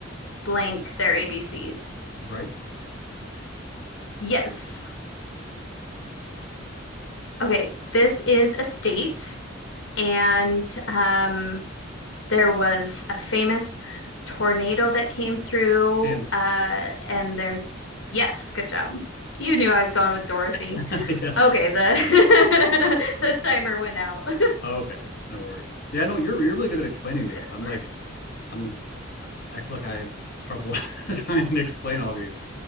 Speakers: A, on the left (about 80°); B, on the left (about 55°).
A: blank their ABCs.
B: right
A: Yes. Okay. This is a state. and um, there was a famous tornado that came through.
B: kansas
A: Uh, and there's, yes, good job. You knew I was going with Dorothy.
B: <laughs> yeah
A: Okay, the <laughs> the timer went out. <laughs>
B: Oh, okay, no worries. Yeah, no, you're you're really good at explaining these.
A: Good
B: I'm
A: work.
B: like, I'm I feel like I have trouble <laughs> trying to explain all these.